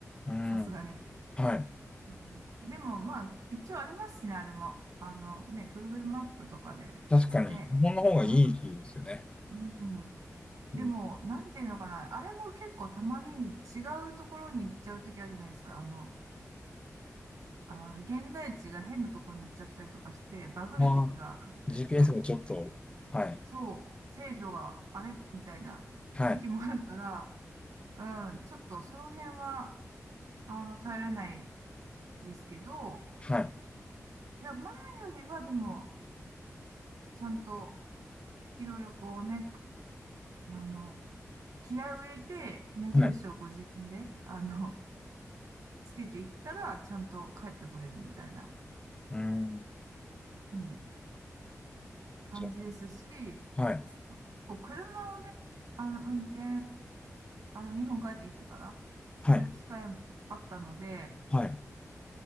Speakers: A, on the left; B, on the right.
A: うん。
B: さすがに。
A: はい。
B: うんでも、まあ、一応ありますしね、あれも。あの、ね、Google マップとかで。
A: 確かに、
B: ね。
A: 日本の方がいいですよね。
B: まあ、うん。でも、
A: うん。
B: なんていうのかな。あれも結構たまに違うところに行っちゃうときあるじゃないですか。あの、あの現在地が変なところに行っちゃったりとかして、バグるときがあるじゃないですか。
A: まあ、GPS がちょっと、はい。
B: そう、制度があれみたいな時もあるから、
A: はい。
B: うん、ちょっとその辺は、あの、頼れないですけど、
A: はい。
B: だ前よりはでも、ちゃんといろいろこうね、あの、気合を入れて、目印をこう自分で、
A: はい。う
B: あの、つけていったら、ちゃんと帰ってこれるみたいな、
A: ーん。
B: うん、感じですし、
A: そう。はい。
B: こう車をね、あの、運転、あの、日本帰ってきてから、する機会もあったので、
A: はい。はい。